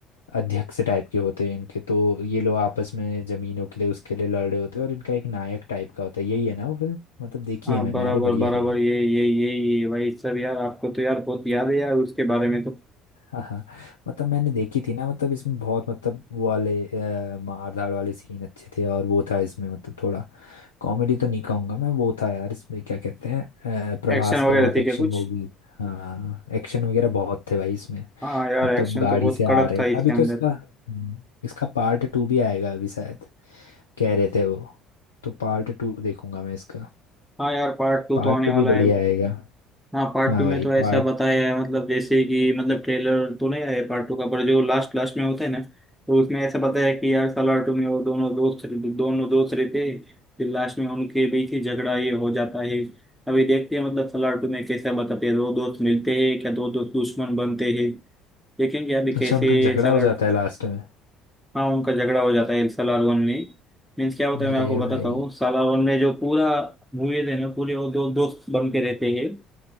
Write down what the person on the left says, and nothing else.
अध्यक्ष टाइप के होते हैं इनके तो ये लोग आपस में जमीनों के लिए उसके लिए लड़ रहे होते हैं और इनका एक नायक टाइप का होता है यही है ना वो फिल्म मतलब देखी
है मैंने
अरे बढ़िया
है
हाँ हाँ मतलब मैंने देखी थी ना मतलब इसमें बहुत मतलब वो वाले अ, मार धाड़ वाले सीन अच्छे थे और वो था इसमें मतलब थोड़ा कॉमेडी तो नहीं कहूंगा मैं वो था यार इसमें क्या कहते हैं अ, प्रभास
का बहुत
एक्शन
मूवी हाँ एक्शन वगैरह बहुत थे भाई इसमें
मतलब
गाड़ी
से
आ रहे
अभी तो
इसका हम्म, इसका पार्ट टू भी आएगा अभी शायद कह रहे थे वो तो पार्ट टू देखूंगा मैं इसका
पार्ट
टू भी
बढ़िया
आएगा
हाँ
भाई
पार्ट
अच्छा उनका झगड़ा
हो जाता है लास्ट में
अरे
भाई